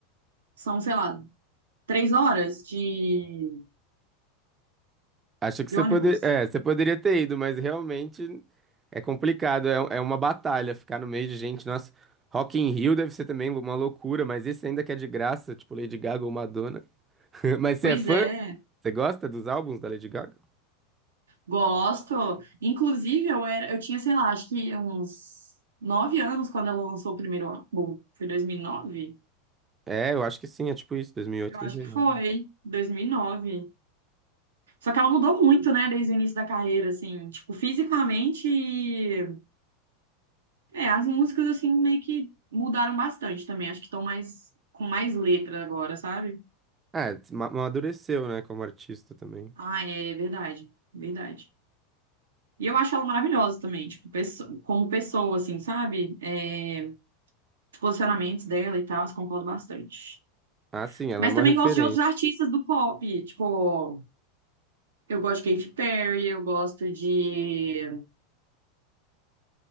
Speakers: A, on the right (about 75°); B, on the right (about 25°).
A: são, sei lá, três horas de,
B: Acho
A: de
B: que você
A: ônibus.
B: poder, é, você poderia ter ido, mas realmente é complicado, é, é uma batalha ficar no meio de gente. Nossa, Rock in Rio deve ser também uma loucura, mas esse ainda que é de graça, tipo Lady Gaga ou Madonna. <laughs> Mas você
A: Pois
B: é fã?
A: é,
B: Você gosta dos álbuns da Lady Gaga?
A: gosto. Inclusive, eu era, eu tinha, sei lá, acho que uns nove anos quando ela lançou o primeiro álbum. Foi 2009.
B: É, eu acho que sim, é tipo isso, 2008,
A: Eu
B: 2009.
A: acho que foi, 2009. Só que ela mudou muito, né, desde o início da carreira, assim, tipo, fisicamente, e- é, as músicas, assim, meio que mudaram bastante também. Acho que estão mais, com mais letra agora, sabe?
B: É, ma- amadureceu, né, como artista também.
A: Ah, é verdade, verdade. E eu acho ela maravilhosa também, tipo, pesso- como pessoa, assim, sabe? É, os posicionamentos dela e tal, eu concordo bastante.
B: Ah, sim, ela
A: Mas
B: é uma
A: também
B: referência.
A: gosto de outros artistas do pop, tipo, eu gosto de Katy Perry, eu gosto de...